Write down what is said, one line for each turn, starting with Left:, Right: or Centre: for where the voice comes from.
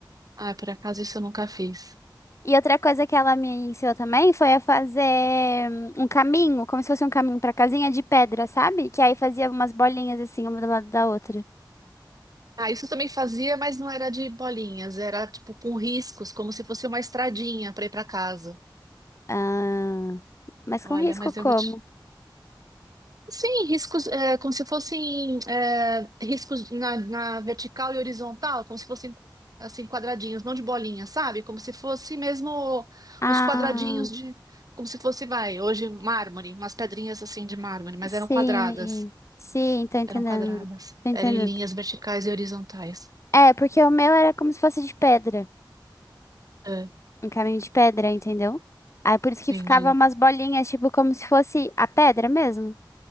Right: Ah, por acaso isso eu nunca fiz.
Left: E outra coisa que ela me ensinou também foi a fazer hum, um caminho, como se fosse um caminho pra casinha de pedra, sabe? Que aí fazia umas bolinhas assim, uma do lado da outra.
Right: Ah, isso eu também fazia, mas não era de bolinhas, era tipo com riscos, como se fosse uma estradinha para ir para casa.
Left: Ah, mas
Right: Olha,
Left: com risco
Right: mas
Left: como?
Right: eu vou te. Sim, riscos, é, como se fossem é, riscos na, na vertical e horizontal, como se fossem assim quadradinhos, não de bolinha, sabe? Como se fosse mesmo
Left: Ah,
Right: uns quadradinhos de, como se fosse, vai, hoje mármore, umas pedrinhas assim de mármore, mas
Left: sim.
Right: eram quadradas.
Left: Sim, tô entendendo.
Right: Eram quadradas.
Left: Tô entendendo.
Right: Eram em linhas verticais e horizontais.
Left: É, porque o meu era como se fosse de pedra.
Right: Ah,
Left: Um caminho de pedra, entendeu? Aí por isso que
Right: entendi.
Left: ficava umas bolinhas, tipo, como se fosse a pedra mesmo.